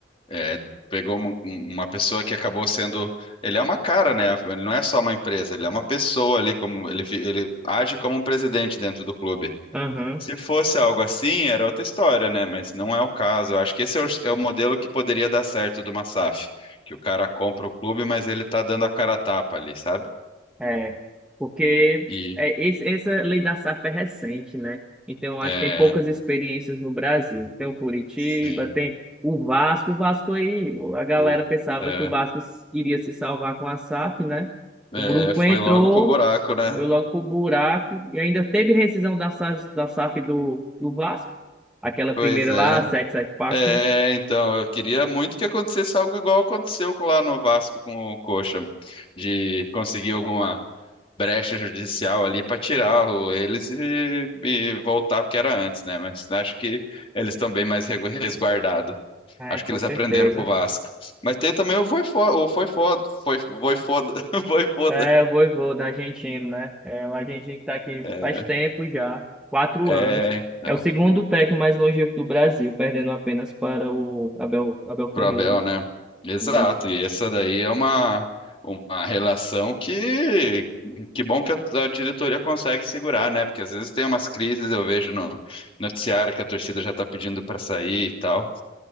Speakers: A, on the left; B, in the centre.
A: é, pegou uma, uma pessoa que acabou sendo. Ele é uma cara, né? Ele não é só uma empresa, ele é uma pessoa ali, como ele, fi- ele age como um presidente dentro do clube.
B: Aham.
A: Se fosse algo assim, era outra história, né? Mas não é o caso. Eu acho que esse é o, é o modelo que poderia dar certo do Massaf, que o cara compra o clube, mas ele tá dando a cara a tapa ali, sabe?
B: É, porque
A: E
B: é, esse- essa lei da safra é recente, né? Então, acho
A: é,
B: que tem poucas experiências no Brasil. Tem o Curitiba,
A: sim,
B: tem o Vasco. O Vasco aí, a galera
A: o,
B: pensava
A: é,
B: que o Vasco iria se salvar com a SAF, né? O
A: é,
B: grupo
A: foi
B: entrou,
A: logo pro buraco, né?
B: foi logo pro buraco e ainda teve rescisão da, sa- da SAF do, do Vasco. Aquela
A: Pois
B: primeira
A: é.
B: lá, a Sex Partners.
A: É, então, eu queria muito que acontecesse algo igual aconteceu com- lá no Vasco com o Coxa, de conseguir alguma brecha judicial ali para tirar o- eles e, e voltar o que era antes, né? Mas acho que eles estão bem mais regu- resguardados.
B: É,
A: Acho
B: com
A: que eles
B: certeza.
A: aprenderam com o Vasco. Mas tem também o Voifoda, o Voifoda, foi, Voifoda, <laughs> Voivoda.
B: É, o vovô da Argentina, né? É, o argentino que tá aqui
A: É,
B: faz tempo já, quatro
A: é,
B: anos.
A: então,
B: É o segundo técnico mais longevo do Brasil, perdendo apenas para o Abel, Abel
A: pro
B: Ferreira.
A: Abel, né? Exato,
B: Isso.
A: e essa daí é uma, uma relação que que bom que a, a diretoria consegue segurar, né? Porque às vezes tem umas crises, eu vejo no noticiário que a torcida já tá pedindo para sair e tal.